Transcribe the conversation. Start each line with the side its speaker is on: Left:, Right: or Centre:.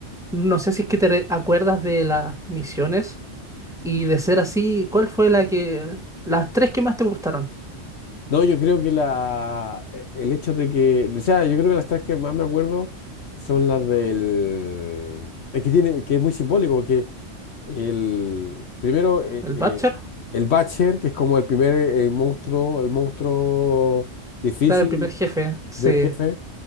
Centre: no sé si es que te re- acuerdas de las misiones y de ser así, ¿cuál fue la que, las tres que más te gustaron?
Left: No, yo creo que la, e- el hecho de que, o sea, yo creo que las tres que más me acuerdo son las del, es que tiene, que es muy simbólico, que El, primero, eh,
Centre: ¿El
Left: eh,
Centre: Butcher?
Left: el Butcher, que es como el primer eh, monstruo, el monstruo difícil
Centre: Claro, el primer jefe, sí.
Left: ver jefe.